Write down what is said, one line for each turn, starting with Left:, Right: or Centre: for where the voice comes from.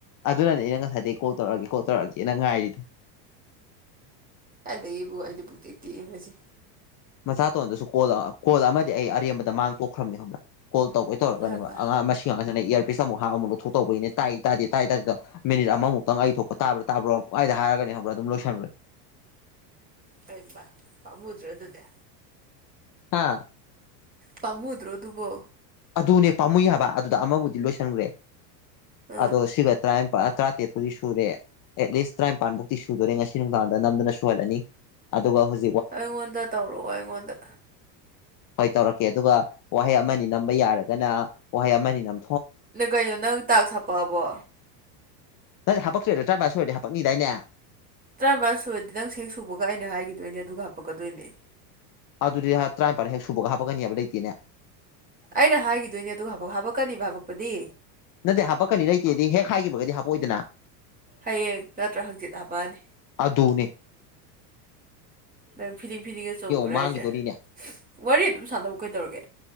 Left: ꯑꯗꯨꯅꯅꯦ ꯑꯩꯅ ꯉꯁꯥꯏꯗꯒꯤ ꯀꯣꯜ ꯇꯧꯔꯛꯑꯒꯦ ꯀꯣꯜ ꯇꯧꯔꯛꯑꯒꯦꯅ ꯉꯥꯏꯔꯤꯗꯣ
Right: ꯑꯗꯩꯌꯦꯕꯨ ꯍꯥꯏꯗꯤ ꯄꯨꯠꯇꯇꯁꯤ
Left: ꯃꯆꯥꯇꯣꯟꯗꯁꯨ ꯀꯣꯜ ꯀꯣꯜ ꯑꯃꯗꯤ ꯑꯩ ꯑꯔꯦꯝꯕꯗ ꯃꯥꯡ ꯇꯣꯛꯈ꯭ꯔꯕꯅꯤ ꯈꯅ ꯀꯣꯜ ꯇꯧꯕꯒꯩ ꯇꯧꯔꯒꯅꯦ
Right: ꯍꯩꯃꯥ
Left: ꯑꯉꯥꯡ ꯃꯁꯤꯡ ꯏꯌꯥꯔ ꯄꯁ ꯑꯃꯨꯛ ꯍ ꯑꯃꯨꯛ ꯂꯧ ꯊꯣꯛꯇꯧꯕꯒꯤꯅꯤ ꯇꯥꯏ ꯇꯥꯗꯦ ꯇꯥꯏ ꯇꯥꯗꯣ ꯃꯤꯅꯤꯠ ꯑꯃꯃꯨꯛꯇꯪ ꯑꯩ ꯊꯣꯛꯄ ꯇꯥ꯭ꯔꯥ ꯇꯥꯕ꯭ꯔꯥ ꯍꯔꯒꯅꯤ ꯍꯥ꯭ꯔ ꯇꯝ ꯂ ꯁ ꯂꯩ
Right: ꯀꯝꯕ ꯐꯃꯨꯗ꯭ꯔꯣ ꯑꯗꯨꯗ
Left: ꯑꯥ
Right: ꯄꯝꯃꯨꯗ꯭ꯔꯣ ꯑꯗꯨꯕꯣ
Left: ꯑꯗꯨꯅꯦ ꯄꯥꯝꯃꯨꯏ ꯍꯥꯏꯕ ꯑꯗꯨꯗ ꯑꯃꯕꯨꯗꯤ ꯂꯣꯏꯁꯟꯈ꯭ꯔꯦ
Right: ꯑꯥ
Left: ꯑꯗꯣ ꯁꯤꯒ ꯇꯔꯥ ꯇꯔꯥꯇꯔꯦꯠꯄꯨꯗꯤ ꯁꯨꯔꯦ ꯑꯦꯠꯂꯤꯁ ꯇꯔꯥꯅꯤꯄꯥꯟ ꯐꯥꯎꯛꯇꯤ ꯁꯨꯗꯣꯔꯦ ꯉꯁꯤ ꯅꯨꯡꯗꯥꯡꯗ ꯅꯝꯗꯅ ꯁꯨꯍꯜꯂꯅꯤ ꯑꯗ ꯀ ꯍꯧꯖꯤ
Right: ꯑꯩꯉꯣꯟꯗ ꯇꯧꯔꯛꯑꯣ ꯑꯩꯉꯣꯟꯗ
Left: ꯍꯣꯏ ꯇꯧꯔꯛꯀꯦ ꯑꯗꯨꯒ ꯋꯥꯍꯩ ꯑꯃꯅꯤ ꯅꯝꯕ ꯌꯥꯔꯒꯅ ꯋꯥꯍꯩ ꯑꯃꯅꯤ ꯅꯝ
Right: ꯅꯪ ꯀꯩꯅꯣ ꯅꯪ ꯇꯥꯛ ꯁꯥꯄꯛꯑꯕꯣ
Left: ꯅꯪ ꯍꯥꯄꯛꯛꯇꯣꯏꯣ ꯆꯥꯕ ꯁꯣꯏꯔꯗꯤ ꯍꯥꯄꯛꯅꯤꯗꯥꯏꯅꯦ
Right: ꯇꯔꯥ ꯁꯨꯔꯗꯤ ꯅꯪ ꯁꯦꯛ ꯁꯨꯕꯒ ꯑꯩꯅ ꯍꯥꯏꯈꯤꯗꯣꯏꯅꯦ ꯑꯗꯨꯒ ꯍꯥꯄꯛꯀꯗꯣꯏꯅꯦ
Left: ꯑꯗꯨꯗꯤ ꯇꯔꯥꯅꯤꯄꯥꯟ ꯍꯦꯛ ꯁꯨꯕꯒ ꯍꯥꯞꯄꯛꯀꯅꯤ ꯍꯥꯏꯕ ꯂꯩꯇꯦꯅꯦ
Right: ꯑꯩꯅ ꯍꯥꯏꯈꯤꯗꯣꯏꯅꯦ ꯑꯗꯨ ꯍꯥꯕꯛ ꯍꯥꯄꯛꯀꯅꯤꯕ ꯍꯥꯕꯛꯄꯗꯤ
Left: ꯅꯠꯇꯦ ꯍꯥꯄꯛꯀꯅꯤ ꯂꯩꯇꯦꯗꯤ ꯍꯦꯛ ꯍꯥꯏꯈꯤꯕꯒꯗꯤ ꯍꯥꯄꯑꯣꯏꯗꯅ
Right: ꯍꯌꯦꯡ ꯅꯠꯇ꯭ꯔꯥ ꯍꯪꯆꯤꯠ ꯍꯥꯄꯛꯑꯅꯤ
Left: ꯑꯗꯅꯦ
Right: ꯅꯪ ꯐꯤꯗꯤꯡ ꯐꯤꯗꯤꯡꯒ ꯆꯣꯡꯉꯨꯔꯦ
Left: ꯃꯥꯡꯈꯤꯗꯣꯔꯤꯅꯦ
Right: ꯍꯥꯏꯁꯦ ꯋꯥꯔꯤ ꯑꯗꯨꯝ ꯁꯥꯟꯅꯕ ꯀꯩꯗꯧꯔꯒꯦ